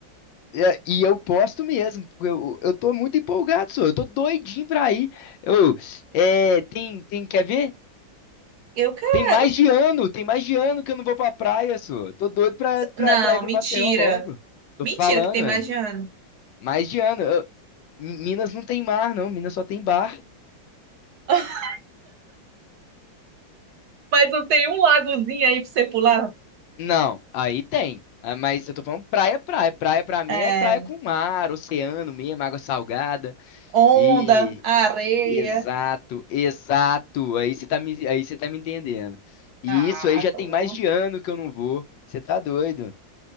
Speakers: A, on the left; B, on the right.
A: É, E eu posto mesmo, porque eu, eu tô muito empolgado, só. Eu tô doidinho pra ir. Eu, é, tem, tem, quer ver?
B: Eu quero.
A: Tem mais de ano, tem mais de ano que eu não vou pra praia, só. Tô doido pra, pra,
B: Não,
A: pra ir pra
B: mentira.
A: Maceió logo. Tô
B: Mentira
A: falando,
B: que tem mais
A: é.
B: de ano.
A: Mais de ano. Eu- Minas não tem mar, não. Minas só tem bar.
B: <laughs> Mas não tem um lagozinho aí pra você pular?
A: Não, aí tem. Ah, Mas eu tô falando praia, praia. Praia pra mim
B: É,
A: é praia com mar, oceano mesmo, água salgada.
B: onda,
A: E
B: areia.
A: exato, exato. Aí você tá me, aí você tá me entendendo. E
B: Ah,
A: isso aí já tem
B: tô.
A: mais de ano que eu não vou. Você tá doido?